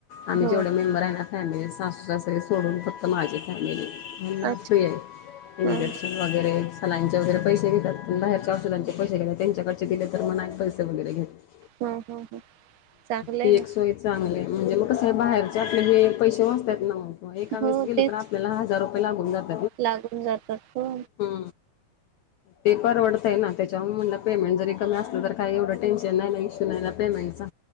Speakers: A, on the left; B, on the right.
A: आम्ही
B: हो
A: जेवढे मेंबर आहे ना फॅमिली सासू, सासरे सोडून फक्त माझी फॅमिली यांना
B: अच्छा
A: फ्री आहे
B: हं
A: इंजेक्शन वगैरे सलाईंचे वगैरे पैसे घेत बाहेरच्या औषधांचे पैसे घे त्यांच्याकडचे दिले तर मनात पैसे वगैरे घेत ह
B: हं हं हं चांगलं
A: ती
B: आहे ना
A: एक सोयच चांगले म्हणजे मग कसं आहे बाहेरचे आपले हे पैसे वाचतात ना मग एका वेळेस
B: हो
A: गेलो
B: तेच
A: तर आप आपल्याला हजार रुपये लागून जाते
B: लागून जातात हो
A: हा ते परवडतंय ना त्याच्यामुळे म्हणलं पेमेंट जरी कमी असलं तर काही एवढं टेन्शन नाही ना इश्यू नाही ना पेमेंटचा